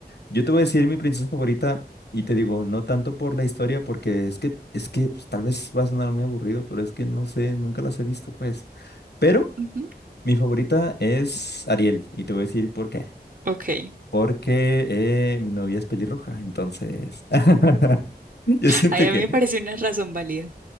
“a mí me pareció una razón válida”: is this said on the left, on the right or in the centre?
Right